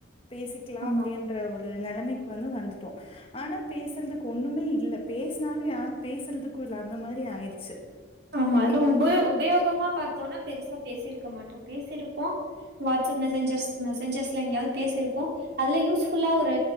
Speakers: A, on the left (about 30°); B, on the right (about 55°).
A: பேசிக்கலா
B: ஆமா.
A: அப்பிடின்ற ஒரு நெலமைக்கு வந்து வந்துட்டோ ஆனா பேசுறதுக்கு ஒன்றுமே இல்ல பேசனாலு யாரு பேசுறதுக்கு இல்ல அந்த மாரி ஆயிடிச்சி
B: ஆமா அதுல உப உபயோகமா பாத்தோம்னா பெருசா பேசியிருக்க க்க மாட்டோ பேசிருப்போ வாட்ஸ்சப்ல மெசஞ்சர்ஸ் மெசஞ்சர்ஸ்ல எங்கேயாது பேசிருப்போ அதுல யூஸ்ஃபுல்லா ஒரு